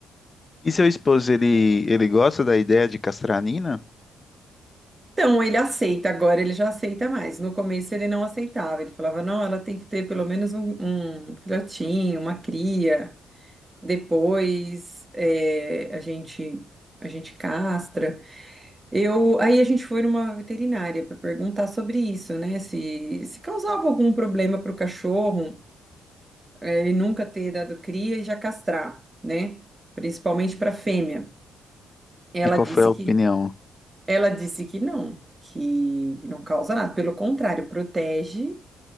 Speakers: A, on the left; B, on the right.
A: E seu esposo, ele, ele gosta da ideia de castranina?
B: Então, ele aceita, agora ele já aceita mais. No começo ele não aceitava, ele falava, não, ela tem que ter pelo menos um, um filhotinho, uma cria, depois eh, a gente a gente castra. Eu, aí a gente foi numa veterinária para perguntar sobre isso, né? Se, se causava algum problema para o cachorro, eh, ele nunca ter dado cria e já castrar, né? Principalmente para fêmea. Ela
A: E qual
B: disse
A: foi a
B: que
A: opinião?
B: Ela disse que não, que, que não causa nada. Pelo contrário, protege